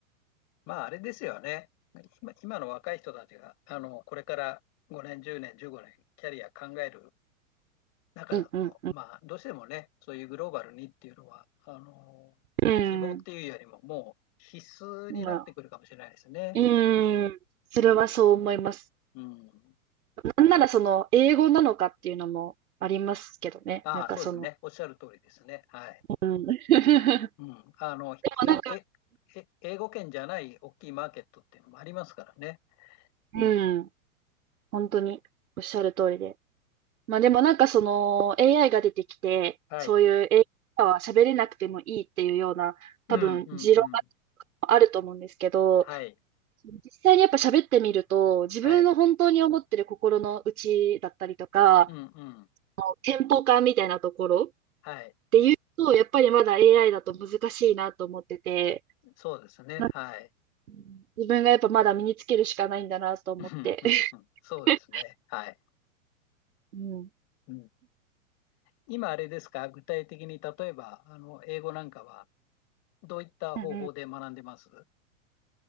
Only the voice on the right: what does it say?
うんうんうん
うん。
うん。まあ、うん。それはそう思います。
なんならその、英語なのかっていうのもありますけどね。
なんかその、
うん。<laughs>
でもなんか、
うん。本当におっしゃる通りで。まあでもなんかその AI が出てきて、
そういう AI は喋れなくてもいいっていうような多分持論が
あると思うんですけど、
実際にやっぱ喋ってみると自分の本当に思ってる心の内だったりとか、
テンポ感みたいなところっ
ていうと、やっぱりまだ AI だと難しいなと思ってて、
なんか
うん自分がやっぱまだ身につけるしかないんだなと思って。
<laughs>
うん。
うんうん